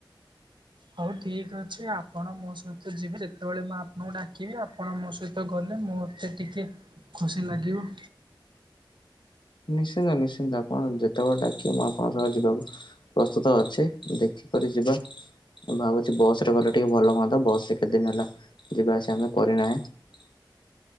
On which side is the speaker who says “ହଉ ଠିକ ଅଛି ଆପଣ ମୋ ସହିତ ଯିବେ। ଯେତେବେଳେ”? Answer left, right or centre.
Right